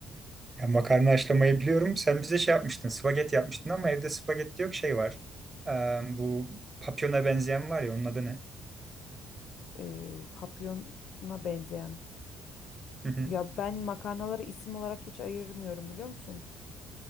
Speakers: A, on the right; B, on the left.
A: Ya makarna haşlamayı biliyorum. Sen bize şey yapmıştın, spagetti yapmıştın ama evde spagetti yok şey var. Ee, bu papyona benzeyen var ya onun adı ne?
B: Ee, papyona benzeyen.
A: Hı hı.
B: Ya ben makarnaları isim olarak hiç ayırmıyorum biliyor musun?